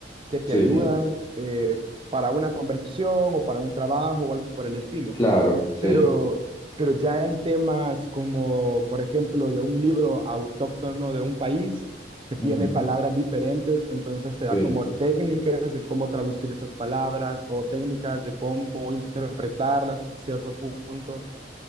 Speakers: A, on the right; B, on the left.
A: que te
B: sí,
A: ayudan eh, para una conversación o para un trabajo o algo por el estilo.
B: claro, sí,
A: Pero, pero ya en temas como, por ejemplo, de un libro autóctono de un país que tiene
B: ujú,
A: palabras diferentes, entonces te
B: sí,
A: da como técnicas de cómo traducir esas palabras o técnicas de cómo interpretarlas hasta cierto punto.